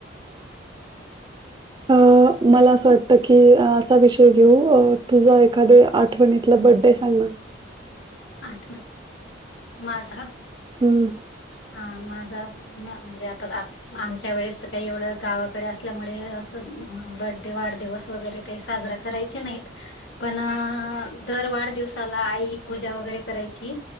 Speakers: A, on the right; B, on the left.
A: अ मला असं वाटत की कि असा विषय घेऊ तुझा एखाद्या आठवणीतला बडडे सांगा.
B: <inaudible> माझं
A: हम्म
B: ना म्हणजे आताच आप आमच्या वेळेस तर काही एवढं गावाकडे असल्यामुळे असं बडे वाढदिवस वगैरे काही साजरा करायचे नाही पण दर वाढ वादिवसाला आई पूज पूजा वगैरे करायची